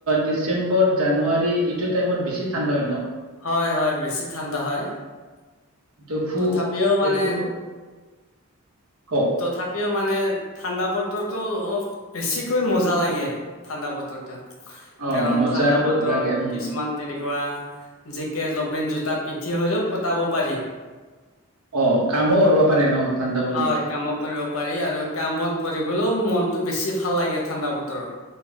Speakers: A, on the right; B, on the left.
A: ডিচেম্বৰ জানুৱাৰী এইটো টাইমত বেছি ঠাণ্ডা হয় ন
B: হয় হয় বেছি ঠাণ্ডা হয়।
A: তফু
B: তথাপিও মানে
A: এইটো কওক
B: তথাপিও মানে ঠাণ্ডা বতৰতো অলপ বেছিকৈ মজা লাগে। ঠাণ্ডা বতৰটো
A: অ
B: কাৰণ
A: মজাটো
B: ঠাণ্ডা বতৰত
A: লাগে উম
B: কিছুমান তেনেক জেকেট লপেন জোতা পিন্ধি হ'লেও কটাব পাৰি।
A: অ' কামো কৰিব পাৰে ন ঠাণ্ডা বুলি
B: হয় কামো কৰিব পাৰি আৰু কাম বন কৰিবলৈও মনটো বেছি ভাল লাগে ঠাণ্ডা বতৰত